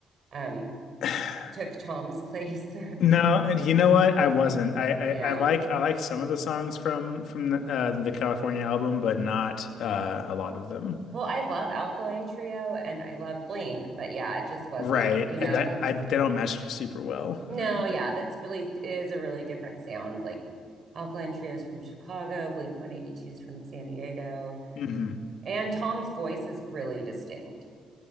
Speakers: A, on the right (about 50°); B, on the left (about 75°).
A: um
B: <sighs>
A: took Tom's place.
B: No, you know what? I wasn't. I, I,
A: <laughs> yeah.
B: I like I like some of the songs from from the, uh, the California album, but not uh, a lot of them.
A: Well, I love Alkaline Trio and I love Blink, but yeah, it just wasn't,
B: Right.
A: you know,
B: I- That
A: it's
B: I they don't mesh super well,
A: No,
B: I don't
A: yeah,
B: think.
A: that's really is a really different sound. Like Alkaline Trio's from Chicago, Blink One Eighty Two's from San Diego,
B: hmm
A: and Tom's voice is really distinct.